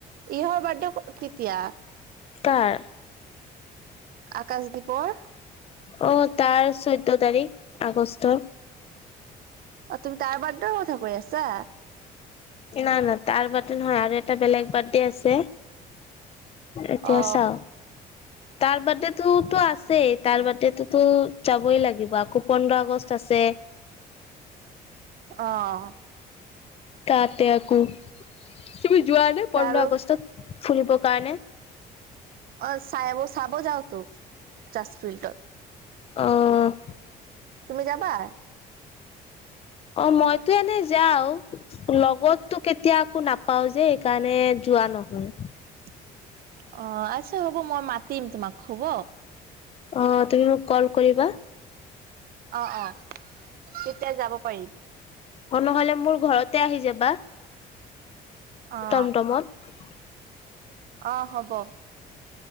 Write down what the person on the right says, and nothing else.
ইহ বাৰ্থডে কেতিয়া?
আকাশ দ্বীপৰ?
অ তুমি তাৰ বাৰ্থডে কথা কৈ আছা?
অ
আহ
তাৰো
অ' চাইাব চাব যাওতো। <unintelligible> ফিল্ডত।
তুমি যাবা?
<inaudible> অ' আচ্ছা হ'ব মই মাতিম তোমাক হব।
অ' অ' তেতিয়া যাব পাৰিম।
অ
অ' হ'ব।